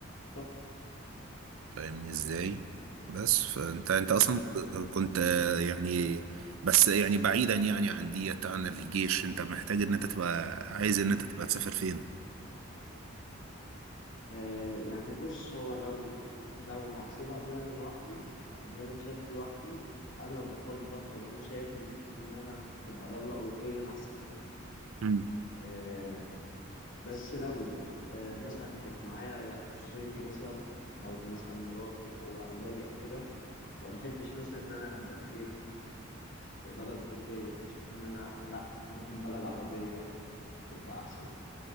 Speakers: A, on the left; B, on the right.
A: صح
B: فاهمني ازاي بس فانت انت اصلا
A: فاهمك
B: كنت آه يعني بس يعني بعيدا يعني عن ديت عن الجيش انت محتاج ان انت تبقى عايز ان
A: مم.
B: انت تبقى تسافر فين
A: آه يعني بص هو لو لو هحسبها ان انا لوحدي ان انا مسافر لوحدي انا بفضل او انا شايف ان ممكن ان انا تبقى دولة أوروبية أحسن
B: مم.
A: آه بس لو آه مثلا هيبقى معايا أسرتي مثلا لو مثلا مراتي أو أولادي أو كده فما احبش مثلا ان انا ابقى في ايه في بلد اوروبيه اشوف ان انا لا ممكن بلد عربيه تبقى احسن يعني